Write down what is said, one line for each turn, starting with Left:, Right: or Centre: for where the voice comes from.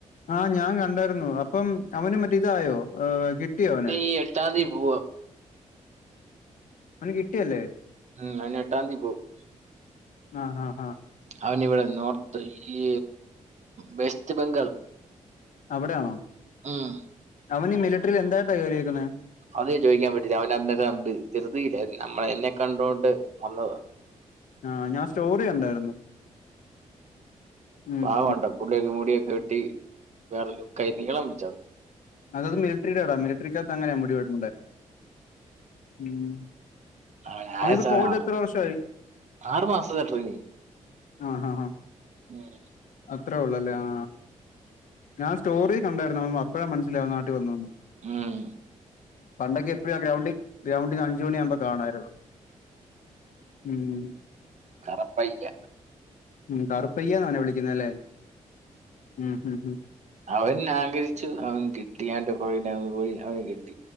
Left: ആഹ് ഞാൻ കണ്ടായിരുന്നു അപ്പം അവന് മറ്റേ ഇതായോ കിട്ടിയോ അവന്
Right: ഈ എട്ടാം തീയതി പോവാ
Left: അവന് കിട്ടിയല്ലേ
Right: ഉം അവൻ ഏട്ടന്തീയതി പോകും
Left: ആഹ് ആഹ് ആഹ്
Right: അവനി ഇവിടെ നോർത്ത് ഈ വെസ്റ്റ് ബംഗാൾ
Left: അവിടെയാണോ
Right: ഉം
Left: അവൻ ഈ മിലിറ്ററിയിൽ എന്തയ്ട്ടാ ജോലിടക്കുന്നെ
Right: അത ചോദിക്കാൻ പറ്റില്ല അവന് അന്നേരം ധൃതിയില്ആയിരുന്നു നമ്മള എന്നെ കണ്ടോണ്ട് വന്നതാ
Left: ആഹ ഞാൻ സ്റ്റോറി കണ്ടായിരുന്നു
Right: ഉംപാവം
Left: ഉം
Right: ആണ്ട ടിയൊക്കെ മുടിയൊക്കെ വെട്ടി വേറെ ലുക്കായ് നീളംവച്ചവനു
Left: അതത് മിലിറ്ററിടെ ആടാ മിലിറ്ററിക്കാത്ത് അങ്ങനെയാ മുടി വെട്ടണ്ടെ ഉം
Right: ആ അയസമയം
Left: അവനിപ്പോ പോയിട്ട് എത്ര വർഷമായി
Right: ആറു മാസ ട്രെയിനിങ്
Left: ആഹ് ആഹ് ആഹ്
Right: ഉം
Left: അത്രേയൊള്ളല്ലേ ആ ഞാൻ സ്റ്റോറി കണ്ടായിരുന്നു അം അപ്പോഴാ മനസ്സിലായ അവൻ നാട്ടിൽ വന്നന്ന്
Right: ഉം
Left: <inaudible> പണ്ടൊക്കെ എപ്പോഴും ആ ഗ്രൗണ്ടിൽ ഗ്രൗണ്ടിൽ അഞ്ച് മണി ആവുമ്പോ കാണായിരുന്നു ഉം
Right: കറപ്പയ്യ
Left: ഉം കറുപ്പയ്യാന്ന നവനെ വിളിക്കുന്നല്ലേ ഉം ഉംഉം
Right: അവൻ ആഗ്രഹിച്ചു അവൻ കിട്ടി ആന്റെ <unintelligible> പോയി അവന് കിട്ടി